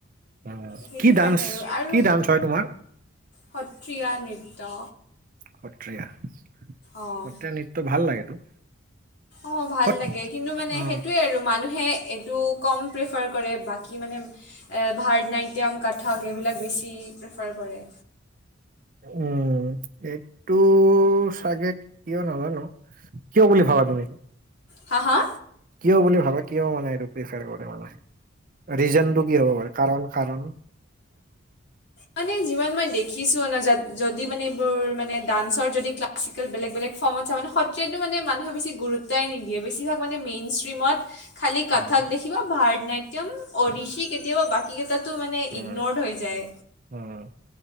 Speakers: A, on the right; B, on the left.
A: অ
B: সেইটো
A: কি
B: কাৰণে
A: ডান্স
B: আৰু আৰু
A: কি ডান্স হয় তোমাৰ
B: সত্ৰীয়া নৃত্য
A: সত্ৰীয়া সত্ৰিয়া
B: অঁ
A: নৃত্য ভাল লাগেতো
B: অ ভাল
A: সত
B: লাগে কিন্তু মানে
A: অ
B: সেইটোয়ে আৰু মানুহে এইটো কম প্ৰিফাৰ কৰে বাকী মানে ভাৰতনাট্যম কঠক এইবিলাক বেছি প্ৰেফাৰ কৰে
A: উম এইটো চাগে কিয় নাজানো কিয় বুলি ভাবা তুমি
B: হা হা
A: কিয় বুলি ভাবে কিয় মানে এইটো প্ৰেফাৰ কৰে মানে ৰিজনটো কি হ'ব পাৰে কাৰণ কাৰণ
B: মানে যিমান মই দেখিছো ন যদি মানে এইবোৰ মানে ডান্সৰ যদি ক্লা ক্াছিকেল বেলে বেলেগ ফৰ্মত চ মে সত্ৰীয়া মানোনুেছি গুৰুতই নিদিয়েছভাগ মানে মেইন ষ্ট্ৰীমত খালি কাথাক
A: উম
B: দেখিবা ভাৰতনাট্য়ম অৰিশি কেতিয়াবা বাকী কেইটাত টো মানে
A: উম
B: ইগনৰ্ড হৈ যায়
A: উম